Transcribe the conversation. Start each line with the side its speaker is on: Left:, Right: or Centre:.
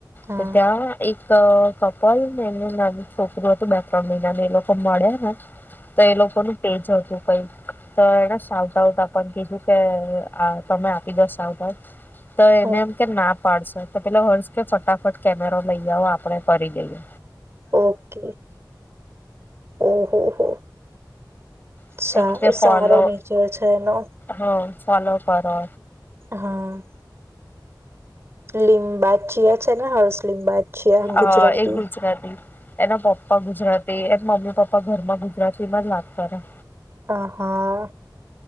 Right: હા
Left: તો ત્યાં એક તો કપલ ને એમનુ નાનું છોકરું હતું, બે ત્રણ મહિના નું એ લોકો મળ્યા ને તો એ લોકો નું તેેજ હતું. કઈક તો એને સાવ તાવતા પણ કીધું કે આ તમે આપી દો સાવતા તો એને
Right: હા
Left: એમ કે ના પાડશો. તો પેલા હર્ષ કે ફટાફટ કેમેરો લઈ આવ આપ આપણે કરી લઈએ.
Right: ઓકે ઓહો હો.
Left: એ
Right: સા
Left: રીતે ફોલો
Right: સારો નેચર છે એનો.
Left: હ ફોલો કરો.
Right: હા. લિંક બાદશિયા છે ને હર્ષ લીમ્બાચીયા
Left: હા
Right: ગુજરાતી.
Left: એ ગુજરાતી એના પપ્પા ગુજરાતી એ મમ્મી પપ્પા ઘરમાં ગુજરાતીમાં જ વાત કરે.
Right: હ હા.